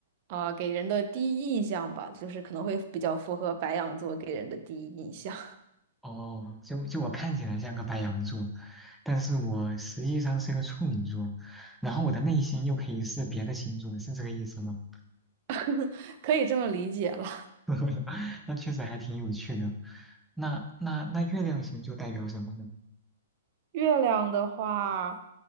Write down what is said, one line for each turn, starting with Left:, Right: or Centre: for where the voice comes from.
Right: 啊、给人的第一印象吧，就是可能会比较符合白羊座给人的第一印象。
Centre: 哦，就就我看起来像个白羊座，但是我实际上是个处女座，然后我的内心又可以是别的星座，是这个意思吗？
Right: <laughs> 可以这么理解了。
Centre: <laughs> 那确实还挺有趣的。那那那月亮星座代表什么呢？
Right: 月亮的话，